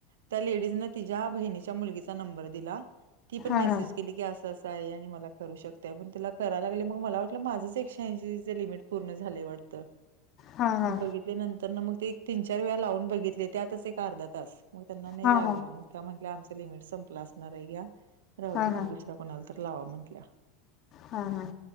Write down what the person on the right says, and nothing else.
त्या लेडीजन तिज्या बहिणी च्या मुलगीचा नंबर दिला. ती पण
मेसेज
केली की असं -असं आहे. आणि मला करू शकताय. पण त्याला कराय लागले मग मला वाटलं, माझंच एकशे ऐंशी ज लिमिट पूर्ण झालंय, वाटतं.
बघितल्या नंतर ना मग, ते एक तीन -चार वेळा लावून बघितले. त्यातच एक अर्धा तास मग त्यांना नाही
लागला.
मग त्या म्हटल्या, आमचं लिमिट संपलं असणारय घ्या. राहु
दु
कोणाला तर लावा म्हटल्या.